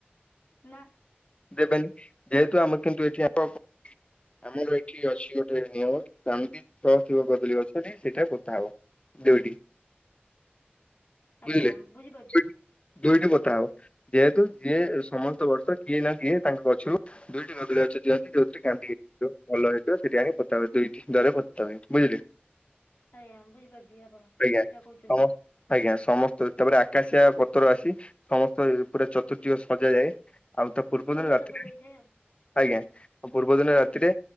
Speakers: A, on the left; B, on the left.
A: ନା
B: ଦେବେନି ଯେହେତୁ ଆମେ କିନ୍ତୁ ଏଠି ଆ ଆମର ଏଠି ଅଛି ଗୋଟେ ନିୟମ କାଉଣ୍ଡି ଛସ୍ ଥିବ କଦଳୀ ଗଛଟି ସେଇଟା କଟା ହବ ଦୁଇଟି ବୁଝିଲେ
A: ଆଜ୍ଞା ବୁଝୁ
B: ଦୁଇଟି ଦୁଇଟି କଟା ହବ ଯେହେତୁ ଯିଏ ସମସ୍ତ ବର୍ଷ କିଏ ନା କିଏ ତାଙ୍କ ଛୁ ଦୁଇଟି ନବିଳ ଦିଅନ୍ତି ଯୋଉଥିରେ କାନ୍ଦି ହେଇଥିବ ଭଲ ହେଇଥିବ ସେଠି ଆଣି ପତା ହୁଏ ଦୁଇଟିରେ ପତା ହୁଏ ବୁଝିଲେ
A: ଆଜ୍ଞା ବୁଝିପାରୁଛି ଆପଣ
B: ଆଜ୍ଞା
A: ଯାହା କହୁଚନ୍ତି
B: ସମ ଆଜ୍ଞା ସମସ୍ତ ତାପରେ ଆକାଶିଆ ପତର ଆସି ସମସ୍ତ ପୁରା ଚତୃଦିଗ ସଜାଯାଏ ଆଉ ତା ପୂର୍ବ
A: କୁଞ୍ଜ
B: ଦିନ ରାତିରେ
A: ସଜା ଯାଇଥାଏ ଆଉ
B: ଆଜ୍ଞା ପୂର୍ବ ଦିନ ରାତିରେ